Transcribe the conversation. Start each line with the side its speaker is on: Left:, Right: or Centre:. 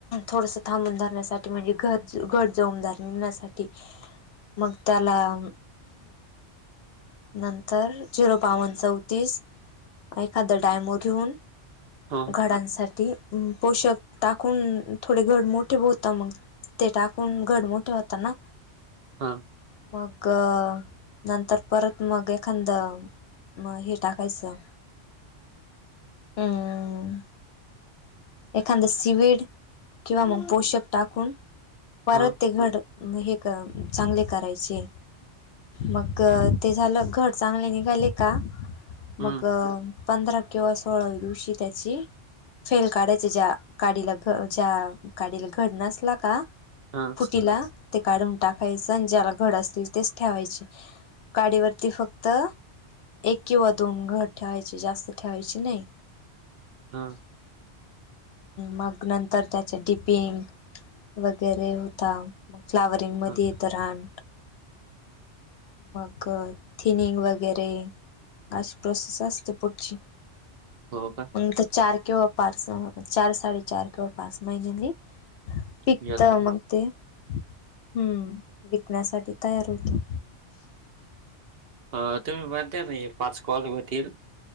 Left: थोडंसं थांबून धरण्यासाठी म्हणजे घर घर जाऊन धरण्यासाठी. मग त्याला हम. नंतर झिरो बावन चौतीस एखादा डायमो घेवून
Right: हो
Left: घडांसाठी अ पोषक टाकून थोडे घर मोठे होता मग ते टाकून घर मोठे होता ना.
Right: हां.
Left: मग नंतर परत मग एखांद मग हे टाकायचं अम. एखाद सिविड किंवा मग पोषक टाकून परत
Right: हो
Left: ते घड म हे करन चांगले करायचे. मग ते झालं घड चांगले निघाले का
Right: हं,
Left: मग पंधरा किंवा सोळाव्या दिवशी त्याची फेल काढाय त्यज्या काडीला घ काडीला घड नसला का
Right: हं,
Left: फुटीला ते काढून टाकायचं आणि ज्याला घड असतील तेच ठेवायचे काडीवरती फक्त एक किंवा दोन घर ठेवायचे जास्त ठेवायचे नाही.
Right: हा.
Left: मग नंतर त्याचे डिपिंग वगैरे होता मग फ्लावर ते मधे
Right: हं.
Left: येत रान मग थिनिंग वगैरे त अशी प्रोसेस असते पुढची.
Right: हो का.
Left: नंतर चार किंवा पाच चार साडे चार किंवा पाच महिन्यांनी पिकत
Right: येतो का?
Left: मग ते. हम्म विकण्यासाठी तयार होतो.
Right: अ तुम्ही म्हणताय ना हे पाच कॉल होतील.